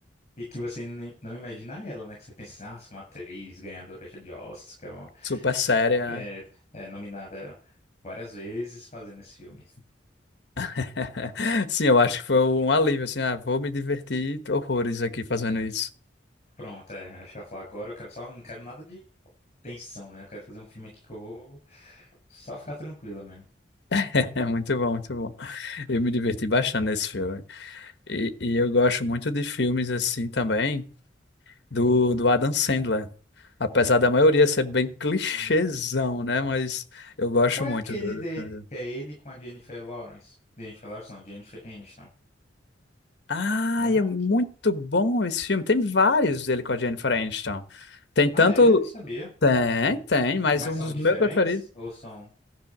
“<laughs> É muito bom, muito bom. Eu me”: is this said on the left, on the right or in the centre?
Left